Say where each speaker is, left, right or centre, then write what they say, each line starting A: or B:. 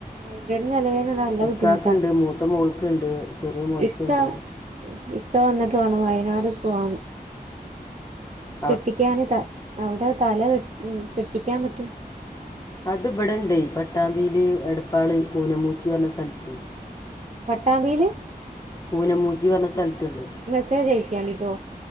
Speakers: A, on the right; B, on the left.
A: മൈഗ്രൈഡിന്റെ തലവേദന നല്ല
B: ഇക്കക്ക്ണ്ട്,
A: ബുദ്ധിമുട്ടാ
B: മൂത്ത മോൾക്കുണ്ട്, ചെറിയ മോനക്കുണ്ട്
A: ഇക്ക ഇക്ക വന്നിട്ട് വേണം വയനാട് പോകാന്
B: ആഹ്
A: കെട്ടിക്കാന് ത അവിടെ തല കെ കെട്ടിക്കാൻ പറ്റും
B: അത് ഇവിടെണ്ടേ, പട്ടാമ്പിയില് എടപ്പാള് പൂനമൂച്ചി പറഞ്ഞ സ്ഥലത്ത്.
A: പട്ടാമ്പിയില്
B: പൂനമൂച്ചി പറഞ്ഞ സ്ഥലത്തുണ്ട്.
A: മെസ്സേജ് അയക്കണ്ടിട്ടോ